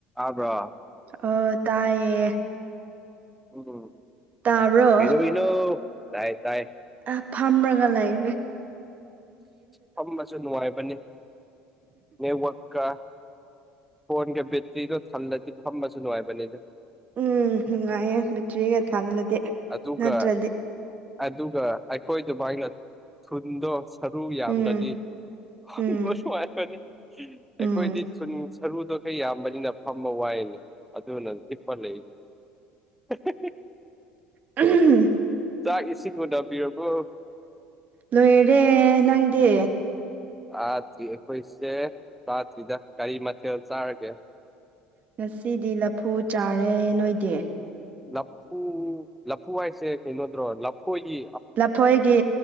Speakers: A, in the centre; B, on the right.
A: ꯑꯕ꯭ꯔꯣ
B: ꯑ ꯇꯥꯏꯌꯦ
A: ꯎꯝ
B: ꯇꯥꯕ꯭ꯔꯣ
A: ꯀꯩꯗꯣꯔꯤꯅꯣ ꯇꯥꯏ ꯇꯥꯏ
B: ꯑ ꯐꯥꯝ ꯔꯒ ꯂꯩꯔꯤ
A: ꯐꯝꯕꯁꯨ ꯅꯨꯡꯉꯥꯏꯕꯅꯤ ꯅꯦꯠꯋꯛ ꯀ ꯐꯣꯟꯒ ꯕꯦꯇ꯭ꯔꯤꯗꯣ ꯊꯜꯂꯗꯤ ꯐꯝꯕꯁꯨ ꯅꯨꯡꯉꯥꯏꯕꯅꯦ ꯑꯗꯨ
B: ꯎꯝ ꯅꯨꯡꯉꯥꯏꯌꯦ ꯄ꯭ꯇ꯭ꯔꯤꯒ ꯊꯜꯂꯗꯤ
A: ꯎꯝ ꯑꯗꯨꯒ
B: ꯅꯠꯇ꯭ꯔꯗꯤ
A: ꯑꯗꯨꯒ ꯑꯩꯈꯣꯏꯗꯨꯃꯥꯏꯅ ꯊꯨꯟꯗꯣ ꯁꯔꯨ ꯌꯥꯝꯗ꯭ꯔꯗꯤ
B: ꯎꯝ
A: ꯍꯕ
B: ꯎꯝ
A: ꯁꯉꯏꯅꯤ ꯑꯩꯈꯣꯏꯗꯤ
B: ꯎꯝ
A: ꯊꯨꯅꯁꯤ ꯁꯔꯨꯗꯣ ꯈ ꯌꯥꯝꯕꯅꯤꯅ ꯐꯝꯕ ꯋꯥꯏꯅꯦ ꯑꯗꯨꯅ ꯍꯤꯞꯄ ꯂꯩꯅꯦ <unintelligible>
B: ꯎꯝ
A: ꯆꯥꯛ ꯏꯁꯤꯡ ꯎꯅꯕꯤꯔꯕꯣ
B: ꯂꯣꯏꯔꯦ ꯅꯪꯗꯤ
A: ꯇꯥꯗ꯭ꯔꯤ ꯑꯩꯈꯣꯏꯁꯦ ꯆꯥꯗ꯭ꯔꯤꯗ ꯒꯥꯔꯤ ꯃꯊꯦꯜ ꯆꯥꯔꯒꯦ
B: ꯉꯁꯤꯗꯤ ꯂꯐꯨ ꯆꯥꯔꯦ ꯅꯣꯏꯗꯤ
A: ꯂꯐꯨ ꯂꯐꯨ ꯍꯥꯏꯁꯦ ꯀꯩꯅꯣꯗ꯭ꯔꯣ ꯂꯐꯣꯒꯤ
B: ꯂꯐꯣꯏꯒꯤ